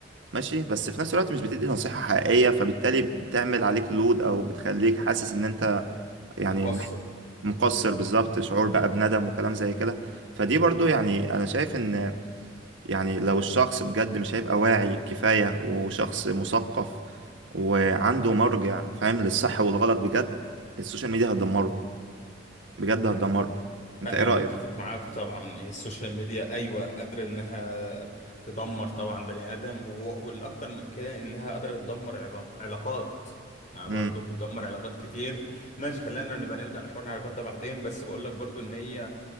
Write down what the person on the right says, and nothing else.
ماشي بس في نفس الوقت مش بتدي نصيحه حقيقيه فبالتالي بتعمل عليك لود او بتخليك حاسس ان انت يعني
محت... مقصر بالظبط شعور بقى بندم وكلام زي كده فدي برضو يعني انا شايف ان يعني لو الشخص بجد مش هيبقى واعي كفاية وشخص مثقف وعنده مرجع فاهم للصح والغلط بجد السوشيال ميديا هتدمره بجد هتدمره انت
ايه رأيك؟
مم.